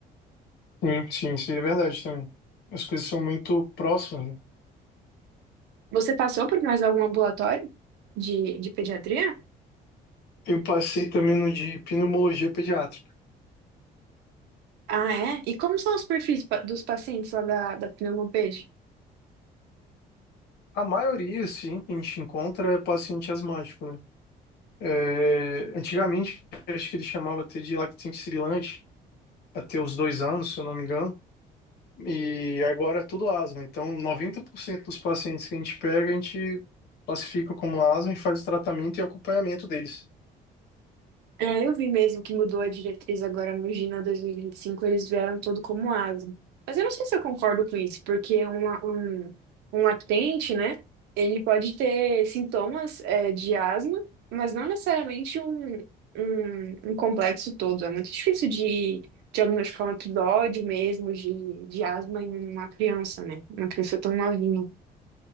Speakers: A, on the left (about 70°); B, on the right (about 85°).
A: Sim, sim, isso é verdade também. As coisas são muito próximas, né?
B: Você passou por mais algum ambulatório de, de pediatria?
A: Eu passei também no de pneumologia pediátrica.
B: Ah, é? E como são os perfis pa- dos pacientes lá da, da pneumoped?
A: A maioria, sim, que a gente encontra é paciente asmático, né? É, antigamente, acho que ele chamava até de lactente sibilante, até os dois anos, se eu não me engano, e agora é tudo asma. Então, 90% dos pacientes que a gente pega, a gente classifica como asma e faz o tratamento e acompanhamento deles.
B: É, eu vi mesmo que mudou a diretriz agora no Gina 2025, eles vieram todo como asa. Mas eu não sei se eu concordo com isso, porque uma- um, um lactente, né, ele pode ter sintomas, é, de asma, mas não necessariamente um, um, um complexo todo. É muito difícil de diagnosticar um episódio mesmo de, de asma em uma criança, né? Uma criança tão novinha.